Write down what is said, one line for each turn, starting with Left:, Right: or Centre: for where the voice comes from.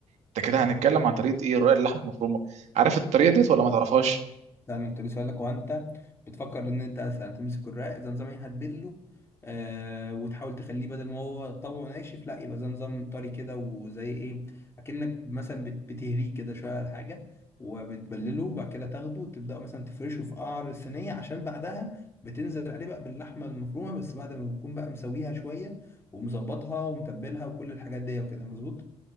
Right: انت كده هنتكلم عن طريقه ايه رقاق اللحمه المفرومه عارف الطريقه ديت ولا ما تعرفهاش
Left: ده انا كنت لسه هقول لك هو انت بتفكر ان انت مثلا تمسك الرق زي نظام ايه هتبله آه وتحاول تخليه بدل ما هو طبعه ناشف لا يبقى زي نظام طري كده وزي ايه اكنك مثلا بت- بتهريه كده شويه على حاجه وبتبلله وبعد كده تاخده وتبدا مثلا تفرشه في قعر الصينيه عشان بعدها بتنزل عليه بقى باللحمه المفرومه بس بعد ما بتكون بقى مسويها شويه ومظبطها ومتبلها وكل الحاجات دي وكده مظبوط